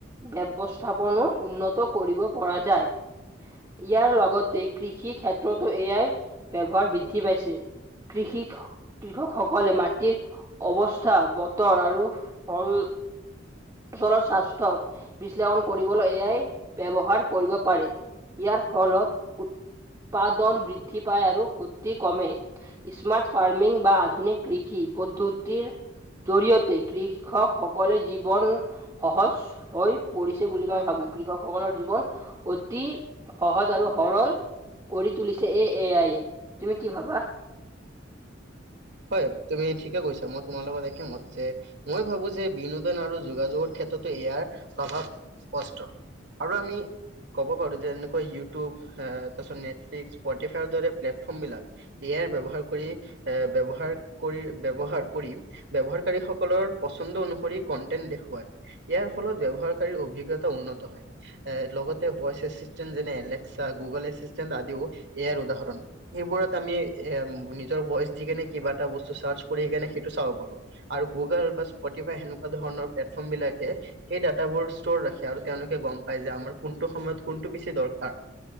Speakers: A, on the right; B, on the right.
A: ব্যৱস্থাপনো উন্নত কৰিব পৰা যায়। ইয়াৰ লগতে, কৃষি ক্ষেত্ৰতো এ আই ব্যৱহাৰ বৃদ্ধি পাইছে। কৃষিক কৃষকসকলে মাটিৰ অৱস্থা, বতৰ আৰু ফল চলৰ স্বাস্থ্য বিশ্লেষণ কৰিবলৈ, এ আই ব্যৱহাৰ কৰিব পাৰে। ইয়াৰ ফলত, উৎপাদন বৃদ্ধি পায় আৰু খুদ্দি কমে। স্মাৰ্ট ফাৰ্মিং বা আধুনিক কৃষি পদ্ধতিৰ জৰিয়তে, কৃষকসকলে জীৱন সহজ হৈ পৰিছে, বুলি মই ভাবোঁ! কৃষকসকলৰ জীৱন অতি সহজ আৰু সৰল কৰি তুলিছে। এ, এ আইয়ে। তুমি কি ভাবা?
B: হয়, তুমি ঠিকে কৈছা! মই তোমাৰ লগত <unintelligible> যে, মই ভাবোঁ যে, বিনোদন আৰু যোগাযোগৰ ক্ষেত্ৰতো, ইয়াৰ প্ৰভাৱ স্পষ্ট। আৰু আমি, ক'ব পাৰোঁ যে, যেনেকৈ ইউটিউব <unintelligible> তাৰপিছত, নেটফ্লিক্স, স্পটিফাইৰ দৰে প্লেটফৰ্ম বিলাক। এ আই ব্যৱহাৰ কৰি, এ, ব্য ব্যৱহাৰ কৰি, ব্যৱহাৰ কৰি, ব্যৱহাৰকাৰীসকলৰ পচন্দ অনুসৰি, কন্টেন্ট দেখুৱাই। ইয়াৰ ফলত, ব্যৱহাৰকাৰীৰ অভিজ্ঞতা উন্নত হয়। এ, লগতে ভইচ এছিষ্টেন্ট যেনে- এলেক্সা, গুগল এছিষ্টেন্ট, আদিও ইয়াৰ উদাহৰণ। সেইবোৰত আমি, এ, নিজৰ ভইচ দি কেনে, কিবা এটা বস্তু চাৰ্চ কৰি কেনে, সেইটো চাব পাৰোঁ। আৰু গুগল বা স্পটিফাই সেনেকুৱা ধৰণৰ প্লেটফৰ্ম বিলাকে সেই ডাটাবোৰ ষ্টৰ ৰাখে। আৰু তেওঁলোকে গম পায় যে, আমাৰ কোনটো সময়ত, কোনটো বেছি দৰকাৰ।